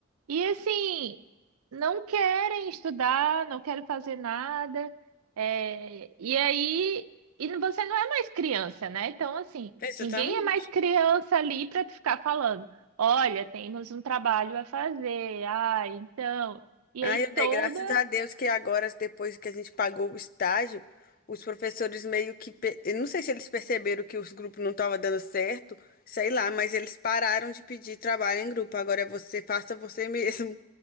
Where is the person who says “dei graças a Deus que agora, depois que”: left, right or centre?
Left